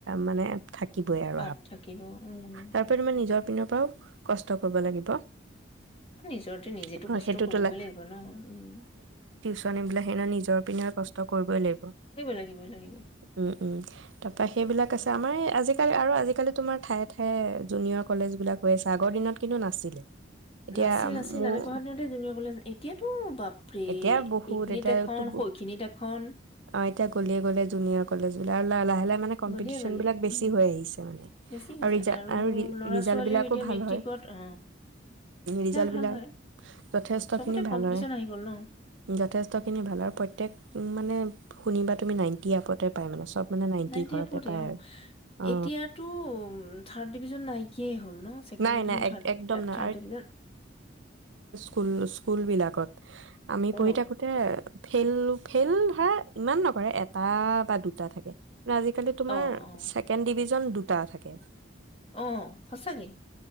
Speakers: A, on the right; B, on the left.
A: মানে থাকিবই আৰু
B: আপ
A: অঁ
B: থাকিব উম,
A: তাৰপ তোমাৰ নিজৰ পিনৰ পৰাও কষ্ট কৰিব লাগিব
B: নিজৰতে নিজেতো
A: অ',
B: কষ্ট
A: সেইটো
B: কৰিবই
A: তোলা
B: লাগিব ন উম
A: বোলে সেহ নিজৰ পিনে কষ্ট কৰিবই লাগিব
B: লাগিব, লাগিব।
A: উম উম তাৰপৰা সেইবিলাক আছে আমাৰ এই আজিকালি আৰু আজিকালি তোমাৰ ঠায়ে ঠায়ে জুনিয়ৰ কলেজবিলাক হৈ আছে আগৰ দিনত কিন্তু নাছিলে এতিয়া
B: নাছিল নাছিল
A: মোৰ
B: আমি পঢ়াৰ দিনতে জুনিয়ৰ কলেজ এতিয়াতো বাপ প্ৰে
A: এতিয়া বহুত
B: এইখিনিত
A: এতিয়াতো
B: এখন সৈখিনিত এখন
A: অ এতিয়া গলিয়ে গলিয়ে জুনিয়ৰ কলেজ বিলাক আৰু ল লাহে লাহে মানে কম্পিটিচন
B: গলিয়ে গলিয়ে
A: বিলাক বেছি
B: উম,
A: হৈ আহিছে মানে
B: বেছি হৈছে
A: আৰু ৰি
B: ল'ৰা
A: ৰিজাল্ট
B: ছোৱালীও
A: বিলাকো
B: এতিয়া
A: ভাল
B: মেট্ৰিকত
A: হয়
B: অ
A: ৰিজাল্ট
B: ভাল
A: বিলাক
B: হয়
A: যথেষ্টখিনি
B: চবতে
A: ভাল
B: কম্পিটিশ্যন
A: হয়
B: আহি গ'ল ন
A: যথেষ্টখিনি ভাল আৰু প্ৰত্যেক মানে শুনিবা তুমি নাইণ্টি আপতে পাই মানে চব মানে নাইনটি
B: নাইনটিআপতে
A: ঘৰতে পায়
B: অ
A: আৰু অ
B: এতিয়াতো থাৰ্ড ডিভিজন নাইকিয়াই হ'ল ন ছেকেণ্ড
A: নাই
B: ডিভিজন
A: নাই এক
B: থাৰ্ড
A: একদম নাই
B: থাৰ্ড ডিভিজন
A: সুল স্কুলবিলাকত আমি
B: অ
A: পঢ়ি থাকোঁতে ফেইল ফেইল ধৰা ইমান নকৰে এটা বা দুটা থাকে আজিকালি তোমাৰ
B: অ অ
A: ছেকেণ্ড ডিভিজন টা থাকে
B: অহ সঁচাকে